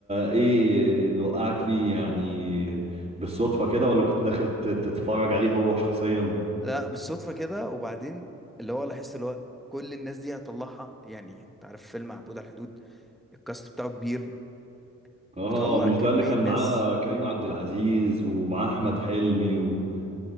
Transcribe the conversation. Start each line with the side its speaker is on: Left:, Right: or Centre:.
Right: ايه اللي وقعك فيه يعني بالصدفة كده ولا كنت داخل تت- تتفرج عليه هو شخصيا
Centre: لا بالصدفه كده وبعدين اللي هو لاحظت اللي هو كل الناس دي هطلعها يعني انت عارف فيلم عبود على الحدود الكاست بتاعه كبير
Right: اه
Centre: وطلع
Right: مش
Centre: كمية
Right: ده اللي كان معاه
Centre: ناس
Right: كريم عبد العزيز ومعاه احمد حلمي و-